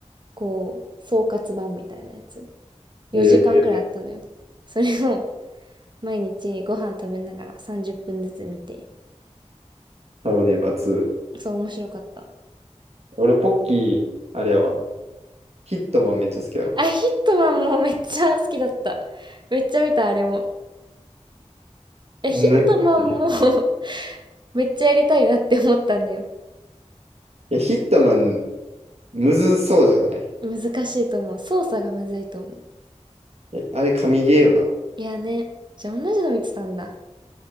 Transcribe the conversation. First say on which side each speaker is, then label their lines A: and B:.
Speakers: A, on the right; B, on the right.
A: こう、総括版みたいなやつ。4時間くらいあったのよ。
B: えー、
A: それを毎日ご飯食べながら30分ずつ見て、
B: ハローネイバー2。
A: そう、面白かった。
B: 俺、ポッキー、あれやわ。ヒットマンめっちゃ好きやわ。
A: あ、ヒットマンもめっちゃ好きだった。めっちゃ見た、あれも。いや、
B: 同じこと言ってるやん。
A: ヒットマンも
B: い
A: <laughs> めっちゃやりたいなって思ったんだよ。
B: や、ヒットマン、むずそうじゃない
A: 難しいと思う。操作がむずいと思う。
B: え、あれ、神ゲーよな。
A: いやね。じゃあ同じの見てたんだ。